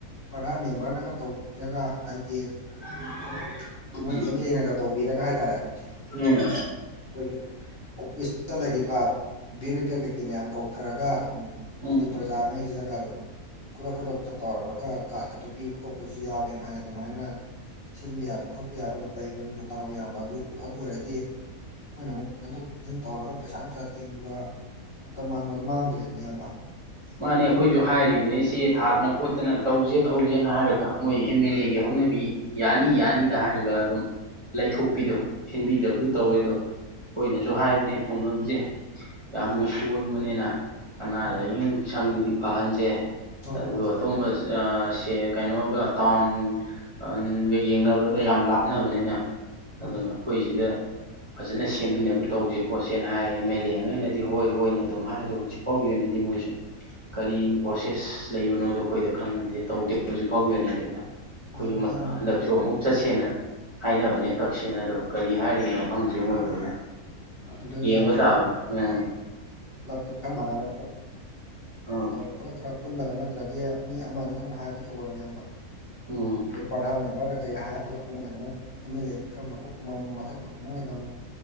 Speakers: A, on the left; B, on the right.
A: ꯄ꯭ꯔꯗꯥꯟ ꯃꯦꯝꯕꯔꯅꯒ ꯇꯧꯕꯤꯔꯒ ꯍꯥꯏꯗꯤ
B: <inaudible>
A: ꯃꯣꯏꯒꯤ
B: ꯎꯝ
A: ꯑꯦꯝ ꯑꯦꯜ ꯑꯦꯅꯒ ꯇꯧꯕꯤꯔꯒ ꯍꯥꯏꯇꯥꯔꯦ ꯑꯩꯈꯣꯏꯒꯤ
B: ꯎꯝ
A: ꯑꯣꯐꯤꯁꯇ ꯂꯩꯔꯤꯕ ꯕꯤꯔꯤꯀꯦꯠ ꯀꯩꯀꯩ ꯃꯌꯥꯝ ꯀꯧꯊꯔꯒ ꯑꯗꯨꯝ
B: ꯎꯝ
A: ꯍꯥꯏꯗꯤ ꯄ꯭ꯔꯖꯥꯉꯩꯁꯤꯗꯒ ꯀꯗꯨꯝ ꯈꯨꯗꯛ ꯈꯨꯗꯛꯇ ꯇꯧꯔꯒ ꯀꯥꯔꯠꯀꯇꯣ ꯄꯤꯕ ꯈꯣꯠꯄꯁꯨ ꯌꯥꯎꯋꯦꯅ ꯍꯥꯏ ꯑꯗꯨꯃꯥꯏꯅ ꯁꯤꯟꯕ ꯌꯥꯕ ꯈꯣꯠꯄ ꯌꯥꯕ ꯂꯩꯕ <unintelligible> ꯑꯗꯨ ꯑꯗꯨ ꯑꯣꯏꯔꯗꯤ ꯑꯩꯈꯣꯏꯅ ꯑꯃꯨꯛ ꯆꯦꯟꯊꯣꯛ ꯆꯦꯟꯁꯤꯟ ꯇꯧꯔꯒ ꯄꯩꯁꯥ ꯅꯨꯡꯁꯥ ꯇꯤꯡꯕ ꯃꯇꯝ ꯃꯥꯡꯕꯗꯣ ꯃꯥꯡꯗ꯭ꯔꯦꯗꯅ ꯑꯌꯥꯝꯕ
B: ꯃꯥꯅꯦ ꯑꯩꯈꯣꯏꯁꯨ ꯍꯥꯏꯔꯤꯕꯅꯤ ꯆꯦ ꯊꯥꯗꯅ ꯈꯣꯠꯇꯅ ꯇꯧꯁꯦ ꯇꯧꯁꯦꯅ ꯍꯥꯏꯔꯒ ꯃꯣꯏ ꯑꯦꯝ
A: ꯍꯣꯏ
B: ꯑꯦꯜ ꯑꯦꯒꯤ ꯍꯧꯅꯕꯤ ꯌꯥꯅꯤ ꯌꯥꯅꯤꯗ ꯍꯥꯏꯔꯒ ꯑꯗꯨꯝ ꯂꯩꯊꯣꯛꯄꯤꯗꯣ
A: ꯍꯣꯏ ꯍꯣꯏ
B: ꯁꯤꯟꯕꯤꯗꯕꯗꯨ
A: ꯑꯥ
B: ꯇꯧꯋꯦ ꯑꯗꯣ ꯑꯩꯈꯣꯏꯅꯁꯨ
A: ꯑꯥ
B: ꯍꯥꯏꯕꯅꯦ ꯈꯨꯡꯒꯪꯁꯦ ꯌꯥꯝꯅ ꯁꯣꯟꯕꯅꯤꯅ ꯑꯅꯥ
A: ꯎꯝ
B: ꯂꯥꯏꯌꯦꯡꯁꯪ ꯗꯨꯗꯤ ꯐꯍꯟ... ꯁꯦ
A: ꯍꯣꯏ
B: ꯑꯗꯨ
A: ꯍꯣꯏ ꯍꯣꯏ
B: ꯑꯇꯣꯞꯕ ꯁꯦ ꯀꯩꯅꯣꯒ ꯇꯥꯎꯟꯒ ꯌꯦꯡꯅꯕꯗ ꯌꯥꯝ ꯂꯥꯞꯅꯕꯅꯤꯅ ꯑꯗꯨꯅ
A: ꯃꯥꯅꯤ
B: ꯑꯩꯈꯣꯏꯁꯤꯗ ꯐꯖꯅ ꯁꯦꯝꯕꯤꯅꯕ ꯇꯧꯁꯦ ꯈꯣꯠꯁꯦꯅ ꯍꯥꯏ ꯑꯦꯝ ꯑꯦꯜ ꯑꯦꯉꯩꯅꯗꯤ ꯍꯣꯏ ꯍꯣꯏꯅ ꯑꯗꯨꯝ ꯍꯥꯏ ꯑꯗꯣ ꯍꯧꯖꯤꯛ ꯐꯥꯎꯒꯤ ꯑꯣꯏꯅꯗꯤ ꯃꯣꯏꯁꯨ ꯀꯔꯤ ꯄ꯭ꯔꯣꯁꯦꯁ ꯂꯩꯕꯅꯣꯗꯣ ꯑꯩꯈꯣꯏꯗ ꯈꯪꯍꯟꯗꯦ ꯇꯧꯗꯦ ꯍꯧꯖꯤꯛ ꯐꯥꯎꯒꯤ ꯑꯣꯏꯅꯗꯤ ꯑꯩꯈꯣꯏꯁꯨ
A: ꯃꯥꯅꯤ ꯏꯌꯥꯝꯕ
B: ꯍꯟꯗꯛꯁꯨ
A: ꯎꯝ
B: ꯑꯃꯨꯛ ꯆꯠꯁꯦꯅ ꯍꯥꯏꯅꯕꯅꯦ ꯇꯛꯁꯦꯅ ꯑꯗꯣ ꯀꯔꯤ ꯍꯥꯏꯔꯤꯕꯅꯣ ꯈꯪꯗ꯭ꯔꯤ ꯃꯣꯏꯒꯤ ꯑꯣꯏꯅ
A: ꯑꯗꯨꯅꯤ
B: ꯌꯦꯡꯕ ꯇꯥꯕꯅꯤ ꯎꯝ
A: ꯀꯥ꯭ꯂꯞꯁꯤꯡ ꯈꯔ ꯃꯥꯟꯅꯔꯒ
B: ꯎꯝ
A: ꯇꯧꯔꯒ ꯈꯔ <unintelligible> ꯄꯨꯜꯂꯒ ꯅꯠꯇ꯭ꯔꯗꯤ ꯃꯤ ꯑꯃ ꯑꯅꯤꯈꯛꯅ ꯍꯥꯏꯕꯗꯤ ꯑꯣꯏꯔꯣꯏ ꯏꯌꯥꯝꯕ
B: ꯎꯝ
A: ꯑꯗꯩ ꯄ꯭ꯔꯙꯥꯟ ꯃꯦꯝꯕꯔꯗ ꯀꯩ ꯍꯥꯏꯔꯒ ꯃꯣꯏꯅ ꯑꯃꯨꯛ ꯑꯦꯝ ꯑꯦꯜ ꯑꯦ ꯈꯔ ꯃꯀꯣꯛ ꯃꯊꯥꯛ ꯊꯣꯡꯕꯉꯩꯗ ꯑꯃꯨꯛ